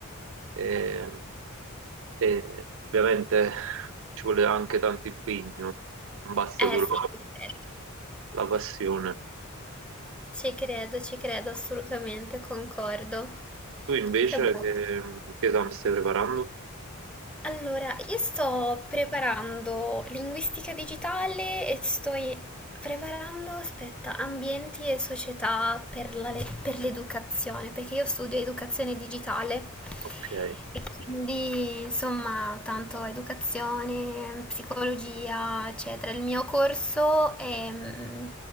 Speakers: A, on the right; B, in the centre.
A: e E ovviamente ci vuole anche tanto impegno, non basta
B: Eh
A: solo
B: sì, ci credo,
A: la passione.
B: ci credo, ci credo, assolutamente concordo.
A: Tu invece
B: Che bello.
A: che, che esame stai preparando?
B: Allora, io sto preparando linguistica digitale e sto i- preparando, aspetta, ambienti e società per la le- per l'educazione, perché io studio educazione digitale
A: Ok,
B: e quindi insomma tanto educazione, psicologia, eccetera. Il mio corso è, mm,